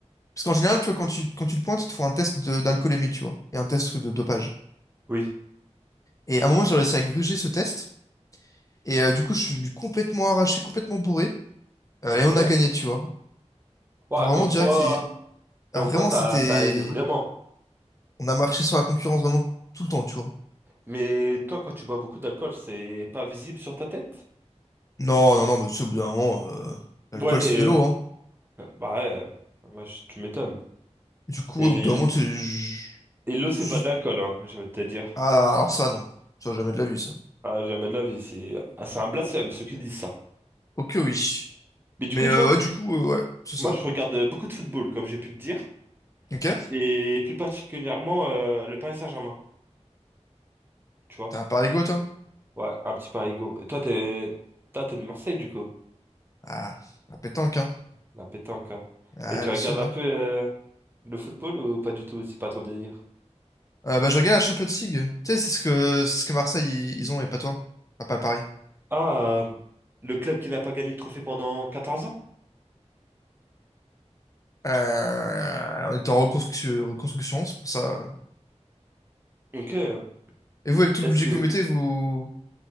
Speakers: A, on the left; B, on the right.
A: parce qu'en général, tu vois, quand tu quand tu te pointes, ils te font un test de- d'alcoolémie, tu vois, et un test de dopage.
B: Oui.
A: Et à un moment, j'ai réussi à gruger ce test, et euh, du coup, je suis venu complètement arraché, complètement bourré, euh,
B: Ok.
A: et on a gagné, tu vois.
B: Ouais,
A: Genre vraiment
B: comme
A: direct,
B: quoi,
A: ils,
B: comme
A: Ah, vraiment,
B: quoi ça,
A: c'était.
B: ça aide vraiment.
A: On a marché sur la concurrence vraiment tout le temps, tu vois.
B: Mais toi, quand tu bois beaucoup d'alcool, c'est pas visible sur ta tête?
A: Non, non, non, mais tu sais, au bout d'un moment, euh, l'alcool,
B: Ouais, t'es...
A: c'est de l'eau, hein.
B: Bah ouais, moi, je- tu m'étonnes.
A: Du coup,
B: Et,
A: au
B: l-
A: bout d'un moment, tu sais, je-
B: et l'eau, c'est
A: je-
B: pas de l'alcool, hein, je vais te dire.
A: Ah, alors ça, non. Ça, jamais de la vie, ça.
B: Ah, jamais de la vie, c'est ah, c'est un blasphème, ceux qui disent ça.
A: Ok, oui.
B: Mais du
A: Mais
B: coup, tu
A: euh,
B: vois,
A: ouais, du coup, euh, ouais, c'est
B: moi,
A: ça.
B: je regarde euh, beaucoup de football, comme j'ai pu te dire.
A: Ok?
B: Et plus particulièrement, euh, le Paris Saint-Germain, tu vois.
A: T'as un Paris-Go, toi?
B: Ouais, un petit parigo. Et toi, t'es... Toi, t'es de Marseille, du coup,
A: Ah, la pétanque, hein.
B: la pétanque. hein.
A: Ah,
B: Et tu
A: le
B: regardes
A: sud.
B: un
A: hein.
B: peu euh, le football ou pas du tout? C'est pas ton délire?
A: Euh, bah, je regarde la Champions League. Tu sais, c'est ce que, c'est ce que Marseille, ils ils ont, et pas toi. Enfin, pas le Paris.
B: Ah, euh, le club qui n'a pas gagné de trophée pendant 14 ans?
A: Euh, on était en reconstruction, reconstruction, c'est pour ça.
B: Ok.
A: Et vous, avec tout le
B: Est-ce
A: budget
B: que...
A: que vous mettez, vous...